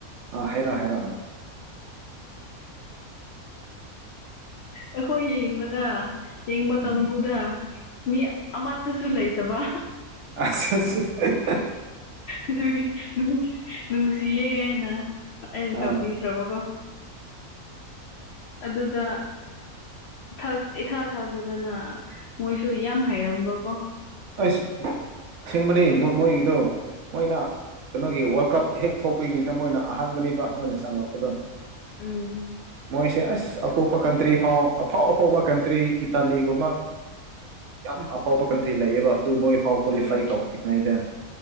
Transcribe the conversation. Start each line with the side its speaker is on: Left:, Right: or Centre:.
Right: ꯑ ꯍꯥꯏꯩꯔ ꯍꯥꯏꯔꯣ ꯑ
Left: ꯑꯩꯈꯣꯏ ꯌꯦꯡꯕꯗ ꯌꯦꯡꯕ ꯀꯥꯡꯕꯨꯗ
Right: ꯎꯝ
Left: ꯃꯤ ꯑꯃꯠꯇꯁꯨ ꯂꯩ ꯇꯕ
Right: ꯑꯆꯥꯁ ꯍ ꯍ
Left: ꯑꯗꯨꯒꯤꯁꯤ ꯅꯨꯡꯁꯤꯌꯦ ꯍꯥꯏꯅ ꯑꯩꯅ
Right: ꯑꯥ
Left: ꯇꯧꯕꯤꯈ꯭ꯔꯕꯀꯣ ꯑꯗꯨꯗ ꯑꯁ ꯏꯊꯥ ꯊꯥꯖꯗꯅ ꯃꯣꯏꯁꯨ ꯌꯥꯝ ꯍꯩꯔꯝꯕ ꯀꯣ
Right: ꯑꯩꯁꯦꯡꯕꯅꯤ ꯃꯣꯏꯒꯤꯗꯣ ꯃꯣꯏꯅ ꯀꯩꯅꯣꯒꯤ ꯋꯥꯔꯜ ꯀꯞ ꯍꯦꯛ ꯊꯣꯛꯄꯒꯤꯗ ꯃꯣꯏꯅ ꯑꯍꯥꯟꯕꯅꯤꯃꯛ ꯃꯣꯏꯅ ꯆꯪꯂꯛꯄꯗꯣ
Left: ꯎꯨꯝ
Right: ꯃꯣꯏꯁꯦ ꯑꯁ ꯑꯇꯣꯞꯄ ꯀꯟꯇ꯭ꯔꯤ ꯐꯥꯎ ꯑꯐꯥꯎ ꯑꯐꯥꯎꯕ ꯀꯟꯇ꯭ꯔꯤ ꯏꯇꯥꯂꯤꯒꯨꯝꯕ ꯌꯥꯝ ꯑꯐꯥꯎꯕ ꯀꯟꯇ꯭ꯔꯤ ꯂꯩꯌꯦꯕ ꯑꯗꯨ ꯃꯣꯏ ꯐꯥꯎ ꯀ꯭ꯋꯥꯂꯤꯐꯥꯏ
Left: ꯎꯝ
Right: ꯇꯧꯔꯤꯉꯩꯗ-